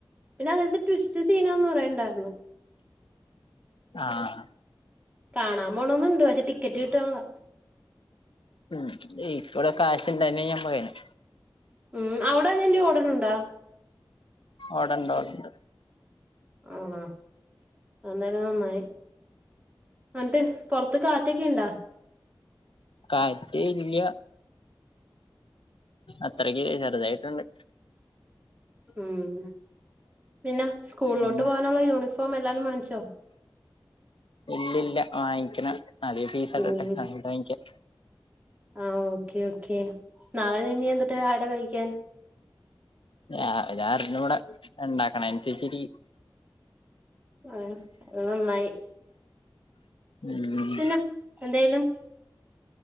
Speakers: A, on the right; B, on the left.
A: പിന്നെ അതിനാത്ത് ട്വിസ്റ്റ് സീനാന്ന് പറയ്ന്ന് ഞ്ഞാർന്ന്-
B: ആഹ്
A: കാണാൻ പോണോന്നുണ്ട് പക്ഷെ ടിക്കറ്റ് കിട്ട് ട്ടണില്ല
B: ഉം ഈക്കൂടെ കാശ് ഇണ്ടായിരുന്നേ ഞാൻ പോയേനെ
A: ഉം അവിട ഇതിന്റെ ഓടറിണ്ടാ?
B: ഓടണ്ട് ഓടണ്ട്-
A: ആണ എന്തായാലും നന്നായി എന്നിട്ട് പൊറത്ത് കാറ്റൊക്കെ ഇണ്ടാ
B: കറ്റ് ഇല്ലൃ അത്രക്ക് ചെറുതായിട്ടുണ്ട്
A: ഉം പിന്നെ സ്കൂളിലോട്ട്
B: ഉം
A: പോവാനുള്ള യൂണിഫോം എല്ലാരും വാങ്ങിച്ചോ-
B: ഇല്ലി ഇല്ല വാങ്ങിക്കണ- ആദ്യം പീസടട്ടെ
A: ഉം
B: അത വാങ്ങിക്കാം
A: ആഹ് ഓക്കേ ഓക്കെ നാളെ നീ ഇനിഎന്തുട്ട് രാവില കഴിക്കാൻ-
B: രാവിലെ അറിഞ്ഞുകൂടാ ണ്ടാക്കണം അനുസരിച്ചിരിക്കും
A: ആഹ് അത് നന്നായി-
B: ഉം
A: പിന്നെ എന്തായാലും